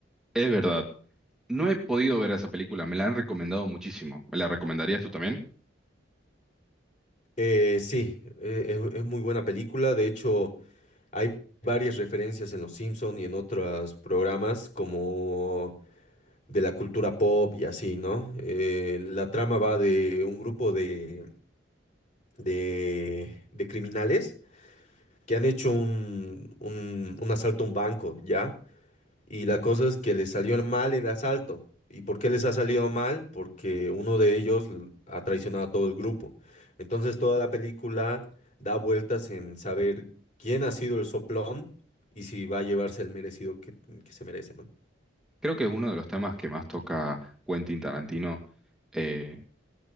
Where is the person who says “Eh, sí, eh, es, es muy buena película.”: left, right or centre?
Left